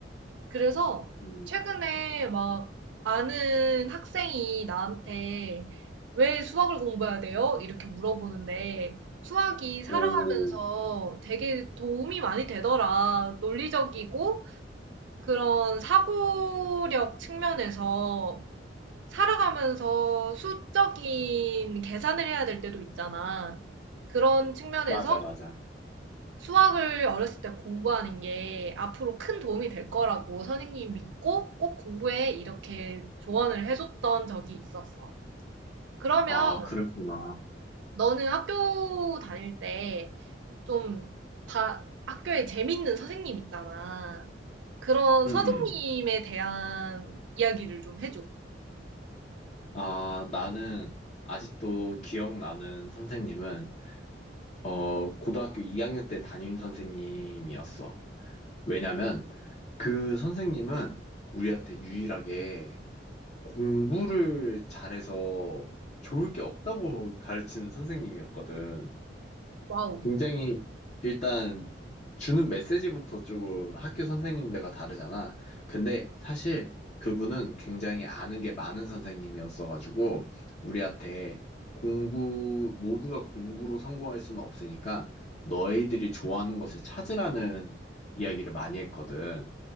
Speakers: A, on the right; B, on the left.
A: 그래서
B: 음,
A: 최근에 막 아는 학생이 나한테 왜 수학을 공부해야 돼요? 이렇게 물어보는데 수학이
B: 오,
A: 살아가면서 되게 도움이 많이 되더라. 논리적이고 그런 사고력 측면에서 살아가면서 수적인 계산을 해야 될 때도 있잖아. 그런 측면에서
B: 맞아, 맞아.
A: 수학을 어렸을 때 공부하는 게 앞으로 큰 도움이 될 거라고 선생님 믿고 꼭 공부해 이렇게 조언을 해줬던 적이 있었어. 그러면
B: 아, 그랬구나.
A: 너는 학교 다닐 때좀 학교에 재밌는 선생님 있잖아. 그런
B: 응응.
A: 선생님에 대한 이야기를 좀 해줘.
B: 아, 나는 아직도 기억나는 선생님은 어, 고등학교 2학년 때 담임 선생님이었어. 왜냐면 그 선생님은 우리한테 유일하게 공부를 잘해서 좋을 게 없다고 <laughs> 가르치는 선생님이었거든.
A: 와우,
B: 굉장히 일단 주는 메시지부터 조금 학교 선생님들과 다르잖아. 근데 사실 그분은 굉장히 아는 게 많은 선생님이었어가지고 우리한테 공부, 모두가 공부로 성공할 수는 없으니까 너희들이 좋아하는 것을 찾으라는 이야기를 많이 했거든.